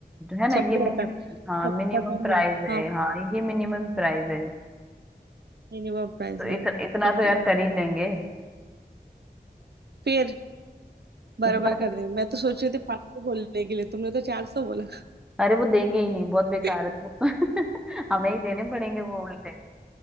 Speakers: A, in the centre; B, on the right.
A: है ना
B: सबको
A: ये मिनिमम
B: पता सबको
A: हाँ मिनिमम
B: पता
A: प्राइस
B: है हाँ
A: है हाँ ये मिनिमम प्राइस है
B: मिनिमम प्राइस
A: तो
B: रहेगा
A: इत, इतना
B: क्योंकि
A: तो यार कर ही लेंगे
B: फिर बराबर
A: इतना
B: कर
A: तो
B: दिया मैं तो सोच रही थी पाँच सौ बोलने के लिए तुमने तो चार सौ बोला
A: अरे वो देंगे ही नहीं बहुत बेकार
B: <laughs>
A: है तो <laughs> हमें ही देने पड़ेंगे वो उल्टे